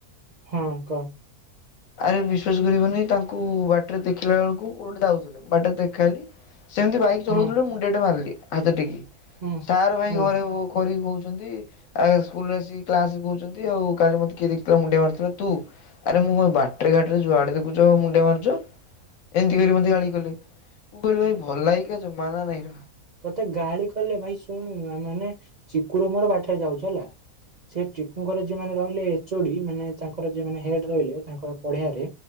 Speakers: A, on the right; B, on the left.
A: ହଁ କହ।
B: ଆରେ ବିଶ୍ଵାସ କରିବନି ତାଙ୍କୁ ବାଟରେ ଦେଖିଲା ବେଳକୁ କୁଆଡେ ଯାଉଥିଲେ ବାଟରେ ଦେଖାହେଲି ସେମିତି ବାଇକ ଚଲଉଥିଲେ
A: ହୁଁ
B: ମୁଣ୍ଡିଆ ଟେ ମାରିଲି ହାତ ଟେକୀକି
A: ହୁଁ
B: ସାର୍ ଭାଇ
A: ହୁଁ
B: ଘରେ <unintelligible> କହି ଚନ୍ତି ଆଉ ସ୍କୁଲରେ ଆସିକି କ୍ଲାସରେ କହୁଛନ୍ତି ଆଉ କାଲି ମତେ କିଏ ଦେଖଥିଲା ମୁଣ୍ଡିଆ ମାରୁଥିଲା ତୁ ଆରେ ମୁଁ ବା ବାଟରେ ଘାଟରେ ଯୁଆଡେ ଦେଖୁଛ ମୁଣ୍ଡିଆ ମାରୁଛ ଏମିତି କରି ମତେ ଗାଳି କଲେ ମୁଁ କହିଲି ଭା ଭଳୟିକ ଜମାନା। <unintelligible>
A: ମତେ ଗାଳି କଲେ ଭାଇ ଶୁଣୁନୁ ମାନେ ଚିକୁର ମୋର ବାଟରେ ଯାଉଛ ହେଲା ସେ ଚିକୁଙ୍କର ଯୋଉମାନେ ରହିଲେ ଏଚୋଡି ମାନେ ତାଙ୍କର ଯୋଉମାନେ ହେଡ ରହିଲେ ତାଙ୍କ ପଢିଆରେ